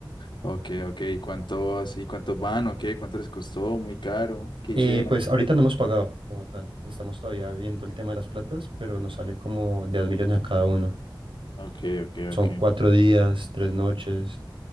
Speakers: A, on the left; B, on the right.
A: Ok, ok. ¿Y cuántos, y cuántos van? ¿O qué? ¿Cuánto les costó? ¿Muy caro? ¿Qué
B: Eh,
A: hicieron?
B: pues ahorita no hemos pagado como tal, estamos todavía viendo el tema de las platas, pero nos sale como de 2 millones a cada uno.
A: Ok, ok,
B: Son
A: ok.
B: cuatro días, tres noches,